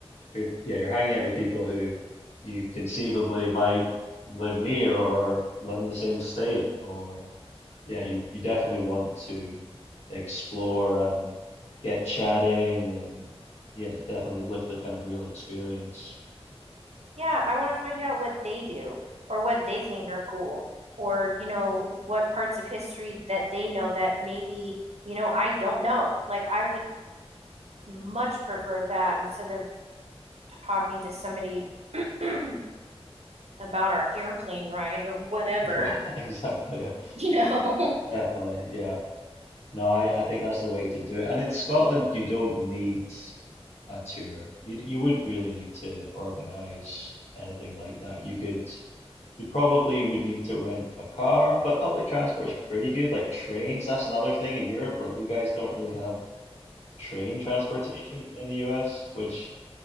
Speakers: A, on the left; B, on the right.
A: You're yeah, you're hanging out with people who you conceivably might live near or live in the same state or yeah, you you definitely want to explore and get chatting and yeah, definitely live the kind of real experience.
B: Yeah, I want to find out what they do or what they think are cool or, you know, what parts of history that they know that maybe, you know, I don't know. Like, I would much prefer that instead of talking to somebody <clears throat> about our airplane ride or whatever,
A: <laughs> Right, exactly. Yeah,
B: you know.
A: definitely. Yeah. No, I, I think that's the way to do it. And in Scotland, you don't need a tour. You d- you wouldn't really need to organize anything like that. You could You probably would need to rent a car, but public transport is pretty good. Like trains, that's another thing in Europe. Like you guys don't really have train transportation in the US, which,